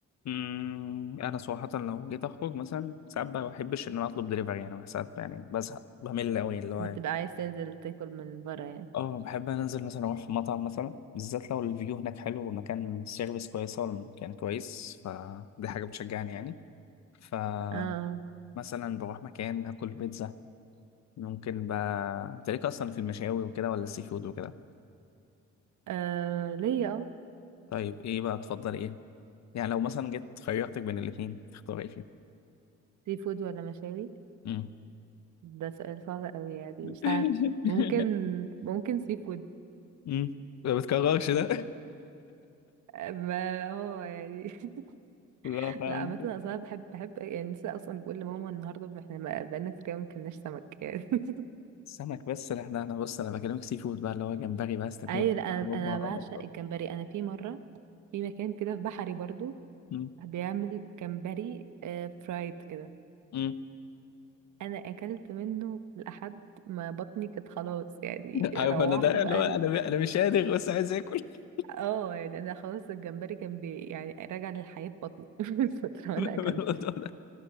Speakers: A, on the left (about 65°); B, on the right (about 75°).
A: مم. انا صراحه لو جيت اخرج مثلا ساعات ما بحبش ان انا اطلب دليفري يعني ساعات يعني بزهق بمل قوي اللي هو
B: بتبقى
A: يعني.
B: عايز تنزل تاكل من بره يعني
A: اه بحب أنا انزل مثلا اروح مطعم مثلا بالذات لو الفيو هناك حلو والمكان السيرفيس كويسه والمكان كويس فدي حاجه بتشجعني يعني فمثلا
B: اه
A: بروح مكان اكل بيتزا ممكن بقى تلاقيك اصلا في المشاوي وكده ولا السي فود وكده
B: آه، ليا اه
A: طيب ايه بقى تفضل ايه يعني لو مثلا جيت خيرتك بين الاتنين تختار ايه فيهم
B: سي فود ولا مشاوي
A: مم.
B: ده سؤال صعب قوي يعني
A: <laughs>
B: مش عارف ممكن ممكن سي فود
A: امم ما بتكررش ده
B: آه، ما هو يعني
A: <laughs> لا
B: <laughs>
A: فاهم
B: لا عامة
A: انت
B: أنا أصلا بحب بحب يعني لسه أصلا بقول لماما النهاردة احنا ما- بقالنا كتير أوي ما كلناش سمك يعني <laughs>
A: السمك بس لا لا انا بص انا بكلمك سي فود بقى اللي هو جمبري بس تاكل
B: أيوة لا أنا
A: اوبا
B: أنا بعشق الجمبري أنا في مرة في مكان كده في بحري برضو
A: أمم،
B: بيعمل جمبري آه، فرايد كده
A: أمم.
B: انا اكلت منه لحد ما بطني كانت خلاص يعني
A: عارف
B: روحت
A: انا ده
B: بقى
A: اللي هو انا انا مش قادر بس عايز اكل <laughs>
B: اه يعني انا خلاص الجمبري كان بي يعني راجع للحياة في بطني <laughs> من فترة وانا اكلته
A: الموضوع ده